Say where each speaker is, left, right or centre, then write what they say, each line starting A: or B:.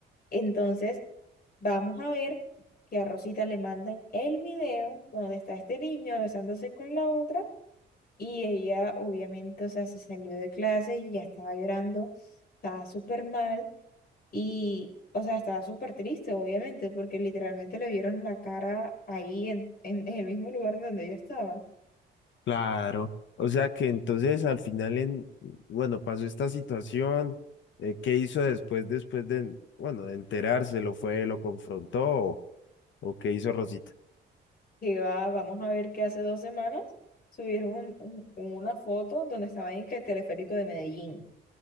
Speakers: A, on the left; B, on the left.
A: Entonces, vamos a ver que a Rosita le mandan el video donde está este niño besándose con la otra y ella obviamente, o sea, se salió de clase y ya estaba llorando, estaba súper mal. Y, o sea, estaba súper triste, obviamente, porque literalmente le vieron la cara ahí en, en, en el mismo lugar en donde yo estaba.
B: Claro, o sea que entonces al final en, bueno, pasó esta situación, eh, ¿qué hizo después, después de, bueno, de enterarse, lo fue, lo confrontó o, o qué hizo Rosita?
A: Que va, vamos a ver que hace dos semanas subieron un- un- una foto donde estaba en que el teleférico de Medellín.